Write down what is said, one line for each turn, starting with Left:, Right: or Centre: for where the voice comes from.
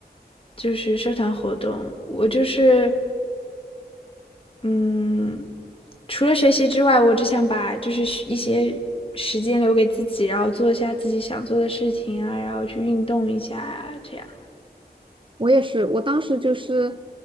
Left: 就是社团活动。我就是，嗯，除了学习之外，我只想把就是时一些时间留给自己，然后做一下自己想做的事情啊，然后去运动一下啊，这样。
Right: 我也是，我当时就是，